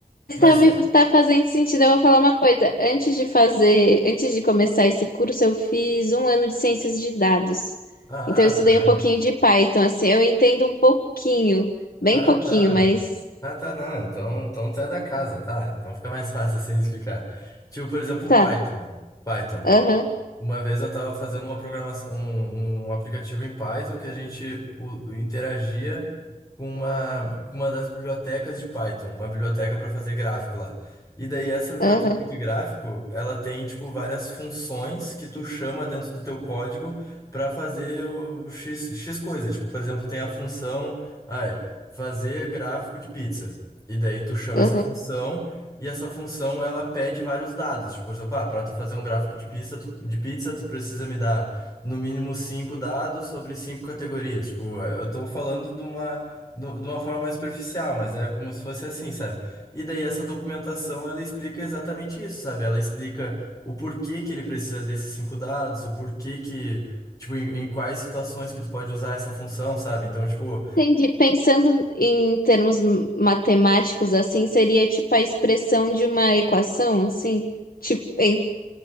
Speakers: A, on the left; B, on the left.
A: Está
B: Mas
A: me
B: tipo,
A: tá fazendo sentido. Eu vou falar uma coisa. Antes de fazer, antes de começar esse curso, eu fiz um ano de ciências de dados.
B: ah,
A: Então eu estudei
B: ah, tá.
A: um pouquinho de Python, assim, eu entendo um pouquinho, bem
B: Ah,
A: pouquinho,
B: tá.
A: mas
B: Ah, tá, não. Então, então tu é da casa, tá? Então fica mais <laughs> fácil assim explicar. Tipo, por exemplo,
A: tá.
B: Python. Python.
A: Aham,
B: Uma vez eu estava fazendo uma programação, um, um aplicativo em Python que a gente u- interagia com uma, com uma das bibliotecas de Python, uma biblioteca para fazer gráfico lá. E daí essa biblioteca
A: aham,
B: de gráfico, ela tem tipo várias funções que tu chama dentro do teu código para fazer o X, X coisa. Tipo, por exemplo, tem a função, ai, fazer gráfico de pizza. E daí tu chama
A: aham.
B: essa função e essa função, ela pede vários dados. Tipo, por exemplo, ah, para tu fazer um gráfico de pizza, tu, de pizza, tu precisa me dar no mínimo cinco dados sobre cinco categorias. Tipo, eh, eu tô falando de uma, no- de uma forma mais superficial, mas é como se fosse assim, sabe? E daí essa documentação, ela explica exatamente isso, sabe? Ela explica o porquê que ele precisa desses cinco dados, o porquê que, tipo, em, em quais situações que tu pode usar essa função, sabe? Então, tipo,
A: Entendi. Pensando em termos m- matemáticos, assim, seria tipo a expressão de uma equação, assim, tipo, em-